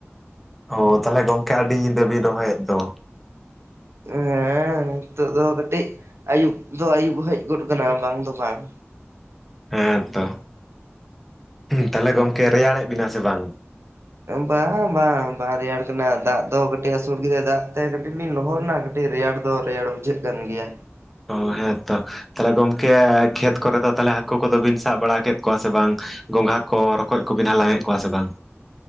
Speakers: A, in the centre; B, on the right.
A: ᱚᱜ ᱛᱟᱦᱚᱞᱮ ᱜᱚᱝᱠᱮ ᱟᱰᱤ ᱧᱤᱫᱟᱹ ᱵᱤᱱ ᱨᱚᱦᱚᱭᱮᱫ ᱫᱚ
B: ᱮᱜ ᱦᱮ ᱱᱤᱛᱚᱜ ᱫᱚ ᱠᱟᱴᱤᱡ ᱟᱭᱩᱵ ᱫᱚ ᱟᱭᱩᱵ ᱦᱮᱡ ᱜᱚᱫ ᱟᱠᱟᱱᱟ ᱵᱟᱝ ᱫᱚ ᱵᱟᱝ
A: ᱦᱮ ᱛᱚ, ᱛᱟᱦᱚᱞᱮ ᱜᱚᱝᱠᱮ ᱨᱮᱭᱟᱲᱮᱫ ᱵᱮᱱᱟ ᱥᱮ ᱵᱟᱝ?
B: ᱵᱟᱝ ᱵᱟᱝ ᱵᱟᱝ ᱨᱮᱭᱟᱲ ᱠᱟᱱᱟ ᱫᱟᱜ ᱫᱚ ᱠᱟᱴᱤᱡ ᱦᱟᱥᱩᱲ ᱠᱮᱫᱟᱭ ᱫᱟᱜ ᱛᱮ ᱠᱟᱴᱤᱡ ᱞᱤᱧ ᱞᱚᱦᱚᱫ ᱱᱟ ᱟᱰᱤ ᱨᱮᱭᱟᱲ ᱫᱚ ᱨᱮᱭᱟᱲ ᱵᱩᱡᱷᱟᱹᱜ ᱠᱟᱱ ᱜᱮᱭᱟ
A: ᱚ ᱦᱮ ᱛᱚ ᱛᱟᱦᱞᱮ ᱜᱚᱢᱠᱮ ᱠᱷᱮᱛ ᱠᱚ ᱨᱮ ᱫᱚ ᱛᱟᱦᱚᱞᱮ ᱦᱟᱠᱩ ᱠᱚ ᱫᱚ ᱵᱤᱱ ᱥᱟᱵ ᱵᱟᱲᱟ ᱠᱮᱫ ᱠᱚᱣᱟ ᱥᱮ ᱵᱟᱝ? ᱜᱚᱸᱜᱷᱟ ᱠᱚ ᱨᱚᱠᱚᱡ ᱠᱚ ᱵᱤᱱ ᱦᱟᱞᱟᱝ ᱮᱫ ᱠᱚᱣᱟ ᱥᱮ ᱵᱟᱝ?